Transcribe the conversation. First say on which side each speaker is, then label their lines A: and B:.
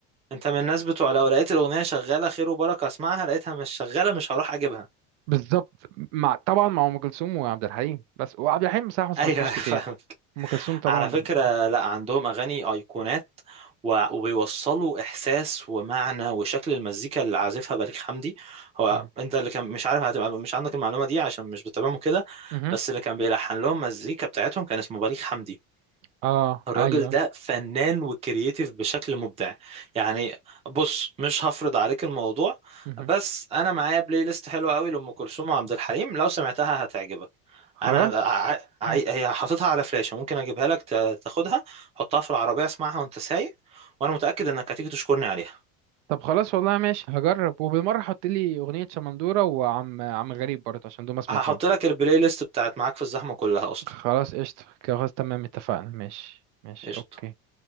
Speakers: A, on the right; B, on the right.
A: انت من الناس بتوع لو لقيت الاغنيه شغاله خير وبركه اسمعها لقيتها مش شغاله مش هروح اجيبها
B: بالظبط مع طبعا مع ام كلثوم وعبد الحليم بس وعبد الحليم بصراحه ما سمعتلوش
A: ايوه <laughs> فاهمك.
B: كتير ام كلثوم طبعا
A: على فكرة لا عندهم أغاني أيقونات و- وبيوصلوا إحساس ومعنى وشكل المزيكا اللي عازفها بليغ حمدي هو
B: مه.
A: أنت اللي كان مش عارف هتبقى مش عندك المعلومة دي عشان مش بتتابعهم كده
B: مه.
A: بس اللي كان بيلحن لهم مزيكا بتاعتهم كان اسمه بليغ حمدي
B: اه
A: الراجل
B: ايوه
A: ده فنان وكرييتيف بشكل مبدع يعني بص مش هفرض عليك الموضوع
B: مه.
A: بس انا معايا بلاي ليست حلوه قوي لام كلثوم وعبد الحليم لو سمعتها هتعجبك
B: خلاص
A: انا ع- ع-
B: مه.
A: هي حاططها على فلاشه ممكن اجيبها لك تا- تاخدها حطها في العربيه اسمعها وانت سايق وانا متاكد انك هتيجي تشكرني عليها
B: طب خلاص والله ماشي هجرب وبالمره حط لي اغنيه شمندوره وعم عم غريب برضه عشان دول ما سمعتهمش
A: هحط لك البلاي ليست بتاعت معاك في الزحمه كلها اصلا
B: خلاص قشطه كده خلاص تمام اتفقنا ماشي ماشي
A: قشطه
B: اوكي